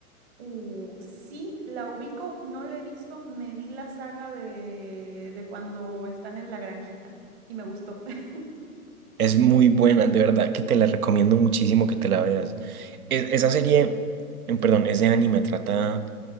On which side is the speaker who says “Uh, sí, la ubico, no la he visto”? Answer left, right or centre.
Right